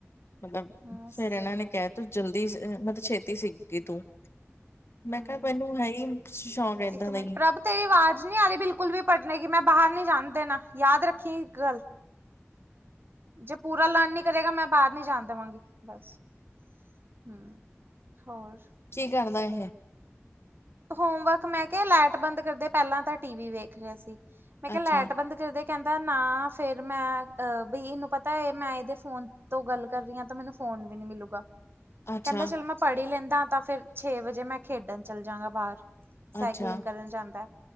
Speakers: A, on the left; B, on the right.
A: ਮਤਲਬ
B: ਬਸ
A: ਫੇਰ ਇਨਾਂ ਨੇ ਕੈ ਤੁ ਜਲਦੀ ਮਤਲਬ ਛੇ ਤੀ ਸਿੱਖ ਗੀ ਤੂੰ,
B: ਹਮ
A: ਮੈਂ ਕਿਆ ਮੈਨੂੰ ਹੈ ਹੀ ਸ਼ੌਕ ਏਦਾਂ
B: ਇੱਕ
A: ਦਾ
B: ਮਿੰਟ
A: ਹੈ।
B: ਪ੍ਰਭ ਤੇਰੀ ਆਵਾਜ਼ ਨਹੀਂ ਆ ਰਹੀ ਬਿਲਕੁਲ ਵੀ ਪੜ੍ਹਨੇ ਕਿ ਮੈਂ ਬਾਹਰ ਨੀ ਜਾਣ ਦੇਣਾ, ਯਾਦ ਰੱਖੀ ਇੱਕ ਗੱਲ। ਜੇ ਪੂਰਾ ਲਰਨ ਨੀ ਕਰੇਗਾ ਮੈਂ ਬਾਹਰ ਨੀ ਜਾਣ ਦੇਵਾਂਗੀ, ਬਸ। ਹੂੰ ਹੋਰ
A: ਕੀ ਕਰਦਾ ਇਹ?
B: ਹੋਮ ਵਰਕ ਮੈਂ ਕਿਹਾ ਲੈਟ ਬੰਦ ਕਰਦੇ, ਪਹਿਲਾਂ ਤਾਂ ਟੀ ਵੀ ਵੇਖ ਰਿਹਾ ਸੀ, ਮੈਂ ਕਿਹਾ
A: ਅੱਛਾ
B: ਲੈਟ ਬੰਦ ਕਰਦੇ। ਕਹਿੰਦਾ ਨਾ ਫੇਰ ਮੈਂ ਅਹ ਬਈ ਇਹਨੂੰ ਪਤਾ ਹੈ ਮੈਂ ਇਹਦੇ ਫੋਨ ਤੋਂ ਗੱਲ ਕਰ ਰਹੀ ਹਾਂ ਤਾਂ ਮੈਨੂੰ ਫੋਨ ਵੀ ਨੀ ਮਿਲੂਗਾ।
A: ਅੱਛਾ
B: ਕਹਿੰਦਾ ਚਲੋ ਮੈਂ ਪੜ੍ਹ ਹੀ ਲੈਂਦਾ, ਤਾਂ ਫਿਰ ਛੇ ਵਜੇ ਮੈਂ ਖੇਡਣ ਚੱਲ ਜਾਂਗਾ ਬਾਹਰ। ਸਾਈਕਲਿੰਗ
A: ਅੱਛਾ
B: ਕਰਨ ਜਾਂਦਾ